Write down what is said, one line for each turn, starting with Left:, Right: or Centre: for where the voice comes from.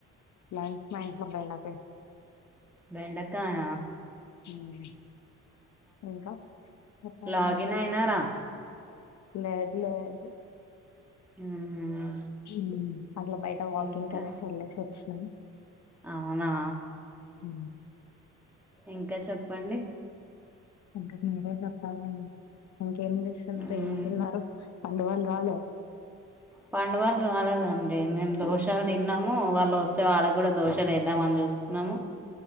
Left: లంచ మా ఇంట్లో బెండకాయ్
Centre: బెండక్ కాయా
Left: హ్మ్ ఇంకా ముప్పవున్నరె
Centre: లాగిన్ అయినారా
Left: లేద్ లేదు
Centre: మ్మ్
Left: మ్ అట్లా బయట వాకింగ్
Centre: ఇంకా
Left: కనేసి వెల్లేసి వచ్చు తలుజ్
Centre: అవునా
Left: ఉ
Centre: ఇంకా చెప్పండి
Left: ఇంకా చెప్పాలండి మీరే ఏం చేస్తున్నారు
Centre: మ్మ్
Left: ఏం తిన్నారు అంద వాళ రాలో
Centre: పండుగలు రాలేదండి మేము దోషాలు తిన్నాము వాళ్ళు వస్తే వాళ్ళకు కూడా దోషాలు వేద్దామని చూస్తున్నాము